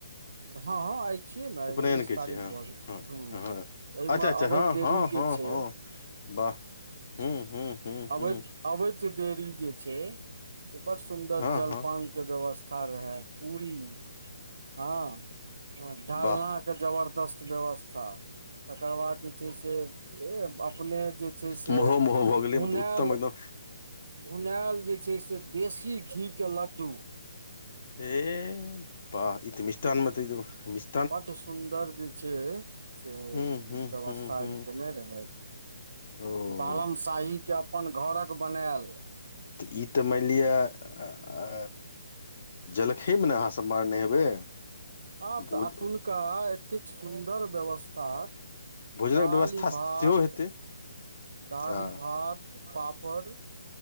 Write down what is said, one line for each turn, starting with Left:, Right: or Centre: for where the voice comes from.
Right: हाँ-हाँ आय छी ये ने आय
Left: उपनयन
Right: उन्नीस
Left: के
Right: तारीक
Left: छी हँ
Right: भ गेल
Left: हँ
Right: ह्म्म
Left: हँ
Right: ए
Left: अच्छा
Right: मे
Left: अच्छा
Right: अबैत
Left: हँ
Right: देरी
Left: हँ
Right: जे
Left: हँ
Right: छै,
Left: हँ वाह हूँ हूँ हूँ
Right: आबैत-आबैत
Left: हूँ
Right: देरी जे छै बड़ सुंदर
Left: हँ
Right: जल-पान
Left: हँ
Right: के व्यवस था र है पूरी हाँ-हाँ ढलना
Left: वाह
Right: के जबरदस्त व्यवस्था। तकर बाद जे छै से ए कुने जे छै से
Left: मोहो
Right: अ
Left: मोहो भऽ गेलै
Right: भुनाएल
Left: मतलब उत्तम एकदम
Right: भुनाएल जे छै से देशी घी के लड्डू
Left: हे बाह ई ते मिष्ठान मे ते ई ते मिस
Right: बड सुन्दर जे छै से
Left: हूँ हूँ
Right: व्यवस्था
Left: हूँ हूँ
Right: ई केने रहै,
Left: ओ
Right: बालम शाही के अपन घरक बनाएल
Left: तऽ ई ते मैन लिया आ अ जलखै मे नै अहां सब मारनै हेबै।
Right: अब
Left: भोज
Right: तऽ अखुनका एतेक सुन्दर व्यवस ता
Left: भोजनक
Right: दालि,
Left: व्यवस्था
Right: भात
Left: सेहो हेतै
Right: दाली,
Left: आ
Right: भात, पापर। पर।